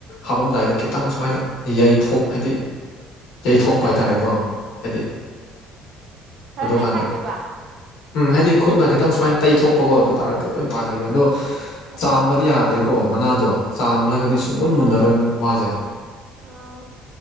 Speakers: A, on the left (about 75°); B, on the right (about 60°).
A: ꯍꯥꯄꯝꯗꯥꯏꯗ ꯈꯤꯇꯪ ꯁꯨꯃꯥꯏꯅ ꯌꯩꯊꯣꯛ ꯍꯥꯏꯗꯤ ꯌꯩꯊꯣꯛꯄ ꯍꯥꯏꯇꯥꯔꯦꯀꯣ ꯍꯥꯏꯗꯤ
B: ꯈꯔ
A: ꯑꯗꯨꯀꯥꯟꯗ
B: ꯅꯩꯈꯥꯏꯗꯣꯏꯕ
A: ꯎꯝ ꯍꯥꯏꯗꯤ ꯈꯨꯠꯅ ꯈꯤꯇꯪ ꯁꯨꯃꯥꯏꯅ ꯇꯩꯊꯣꯛꯄꯀꯣ ꯑꯗꯨ ꯇꯥꯔꯗꯤ ꯑꯗꯨꯃ ꯇꯥꯈꯤꯗꯅ ꯑꯗꯣ
B: ꯑꯣꯍꯣ
A: ꯆꯥꯝꯕꯗꯤ
B: ꯑꯣꯍꯣ
A: ꯌꯥꯗ꯭ꯔꯦꯀꯣ ꯃꯅꯥꯗꯣ ꯆꯥꯝꯂꯒꯗꯤ
B: ꯑꯥ
A: ꯁꯨꯡꯃꯨꯟ ꯃꯨꯜꯂꯔꯣꯏ ꯃꯨꯛ ꯃꯥꯁꯦ
B: ꯑꯥ